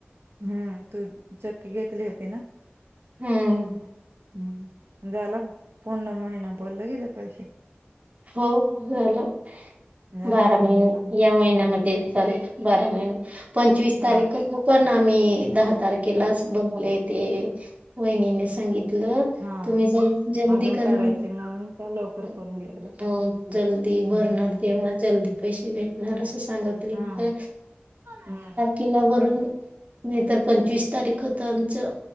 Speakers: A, on the right (about 75°); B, on the right (about 35°).
A: हम्मं तूं चक्की घेतली होती नां
B: हम्मं
A: हम झाला पूण महिना बोलल गेल पाहिजे.
B: हो झालं
A: झालं
B: बारा
A: का
B: महिने
A: सांग
B: या महिन्यामध्ये. चाले बारा महिने पंचवीस
A: हा
B: तारीख <unintelligible> पण आम्ही दहा तारखेलाच
A: हा
B: बनवलय ते वहिनींनी सांगितलं
A: हा
B: तुम्ही ज जलदी
A: अजून
B: कर
A: काढायचे म्हणून त्या लवकर करून
B: <unintelligible>
A: घेतलं
B: हो जल्दी भरणार
A: हम्म
B: तेव्हा जल्दी पैसे भेटणार असं सांगितलीत
A: हा
B: काय.
A: हम्म.
B: किलावरून नाही तर पंचवीस तारीख होत आमचं.